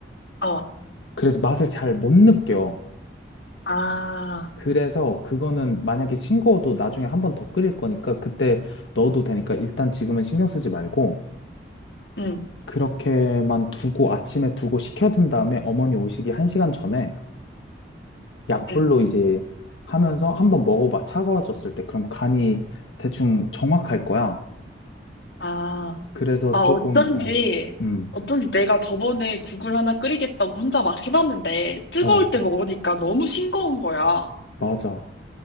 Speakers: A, on the left (about 65°); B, on the left (about 80°).
A: 어,
B: 그래서 맛을 잘 못 느껴.
A: 아,
B: 그래서 그거는 만약에 싱거워도 나중에 한 번 더 끓일 거니까 그때 넣어도 되니까 일단 지금은 신경 쓰지 말고
A: 응,
B: 그렇게만 두고 아침에 두고 식혀둔 다음에 어머니 오시기 한시간 전에 약불로
A: 응,
B: 이제 하면서 한번 먹어봐. 차가워졌을 때. 그럼 간이 대충 정확할 거야.
A: 아.
B: 그래서
A: 아,
B: 조금,
A: 어쩐지,
B: 어, 음,
A: 어쩐지 내가 저번에 국을 하나 끓이겠다고 혼자 막 해봤는데, 뜨거울
B: 어,
A: 때 먹으니까 너무 싱거운 거야.
B: 맞아.